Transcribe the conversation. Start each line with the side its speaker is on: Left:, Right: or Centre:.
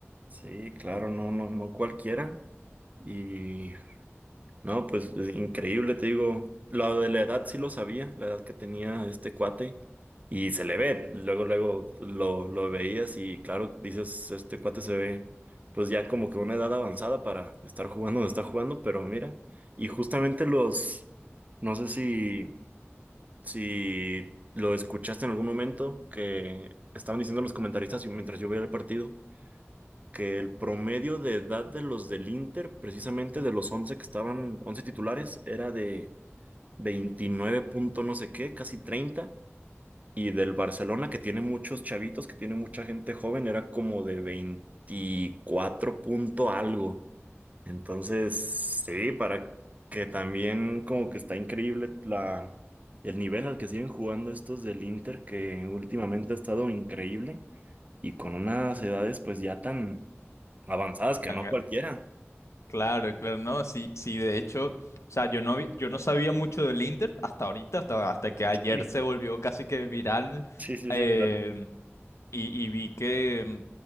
Right: Sí, claro, no, no, no cualquiera. Y No, pues es increíble, te digo. Lo de la edad sí lo sabía, la edad que tenía este cuate. Y se le ve, luego, luego lo, lo veías y claro, dices, este cuate se ve pues ya como que una edad avanzada para estar jugando donde está jugando, pero mira, y justamente los, no sé si, si lo escuchaste en algún momento, que estaban diciendo los comentaristas mientras yo veía el partido que el promedio de edad de los del Inter, precisamente de los 11 que estaban, 11 titulares, era de 29 punto no sé qué, casi 30, Y del Barcelona, que tiene muchos chavitos, que tiene mucha gente joven, era como de 24 punto algo. Entonces, sí, para que también como que está increíble la, el nivel al que siguen jugando estos del Inter, que últimamente ha estado increíble y con unas edades pues ya tan Avanzadas que
Left: Tan-
Right: no cualquiera.
Left: Claro, claro, no, sí, sí, de hecho, o sea, yo no vi- yo no sabía mucho del Inter hasta ahorita, hasta, hasta que ayer
Right: Sí.
Left: se volvió casi que viral
Right: Sí, sí,
Left: eh,
Right: sí, claro.
Left: Y, y vi que, mm,